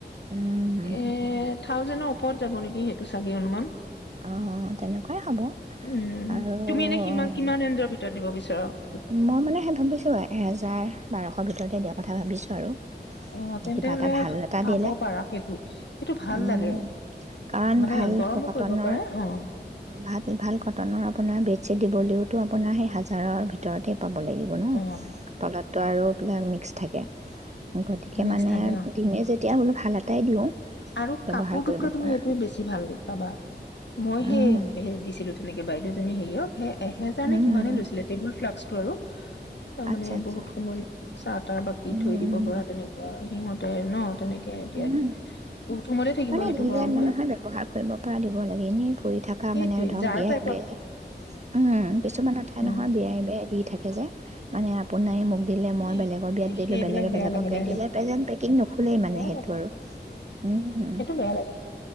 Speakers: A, on the right; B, on the left.
A: উম
B: এ থাউজেনৰ ওপৰত যাব নেকি, সেইটো চাগে অনুুমান।
A: অ', তেনেকুৱাই হ'ব
B: উম,
A: আৰু
B: তুমি
A: অ',
B: এনে সিমান কিমান ৰেঞ্জৰ <unintelligible>
A: মই মানে সেই ভাবিছো এহেজাৰ বাৰশৰ ভিতৰতে দিয়া পা কথা ভাবিছোঁ আৰু
B: অ', তেন্তে
A: কিবা
B: হ'লে
A: এটা ভাল এটা
B: পাব
A: দিলে
B: পাৰা সেইটো। সেইটো ভাল
A: উম
B: লাগে
A: কাৰণ
B: মানে
A: ভাল
B: গৰমো
A: কটনৰ
B: কৰিব পাৰে অ',
A: ভাল ভাল কটনৰ আপোনাৰ বেডশ্বিট দিবলৈওতো আ আপোনাৰ সেই হাজাৰৰ ভিতৰত ততে, পাব লাগিব ন
B: অ',
A: তলত তো আৰুবিলাক মিক্স থাকে গতিকে
B: মিক্স
A: মানে
B: থাকে অ'।
A: ডিমে যেতিয়া তেতিয়া বোলো ভাল এটাই দিওঁ
B: আৰু
A: ব্যৱহাৰ
B: কাপোৰটোতকৈ
A: কৰিব
B: তুমি
A: পৰা
B: এইটোোৱে বেছি ভাল পাবা মই হে
A: উম
B: হ দিছিলো তেনেকে বাইদেউ ী সেয়ওে এজাৰ
A: উম
B: ন কিমান লৈছিলে টেবুল ফ্ল্ কৰো তাৰ
A: আচ্ছা
B: মানে
A: আচ্ছা
B: বহুত সময় চাহ তাহ বাকি
A: উম
B: থৈ দিব
A: উম
B: পৰা তেনেকুৱা সিহঁত ন তেনেকে এতিয়া
A: উম
B: বহুত সময়তে থাকিব
A: মানে
B: সেইটো
A: দিলে
B: গৰম
A: মানে
B: হৈ
A: নহয় ব্যৱহাৰ কৰিব পৰা দিব লাগে এনেই কৰি থকা
B: সেইটোৱে
A: মানে ধৰক
B: জাৰ
A: বিয়াই
B: টাইপত
A: বিয়াই উম কিছুমান ঠাই
B: উম।
A: নহয় বিয়াই বেয়া দি থাকে যে মানে আপোনাৰ দিলে মই
B: এ
A: বেলেগৰ বিয়াত
B: এই
A: দিলো
B: সেইবিলাক
A: বেলেগে
B: বেয়া
A: বেলেগৰ
B: লাগে দে
A: পেজেন পেকীং ভুলেই মানে
B: বেয়া
A: সেইটো
B: লাগে
A: আৰু উম
B: সেইটো বেয়া লাগে